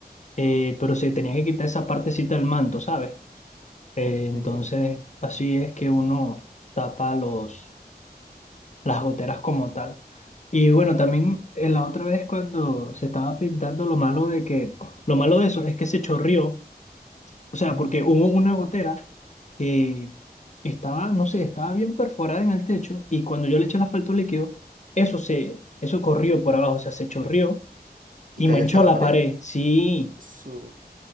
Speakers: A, on the left (about 45°); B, on the right (about 55°).
A: eh, pero se tenía que quitar esa partecita del manto, ¿sabes? Eh, entonces,
B: Ujú,
A: así es que uno tapa los, las goteras como tal. Y bueno, también eh, la otra vez cuando se estaba pintando, lo malo de que, lo malo de eso es que se chorrió, o sea,
B: ujú.
A: porque hubo una gotera que estaba, no sé, estaba bien perforada en el techo y cuando yo le eché el asfalto líquido, eso se, eso corrió por abajo, o sea, se chorrió y
B: Y cayó
A: manchó
B: hasta la
A: la
B: pared.
A: pared. Sí.
B: Su,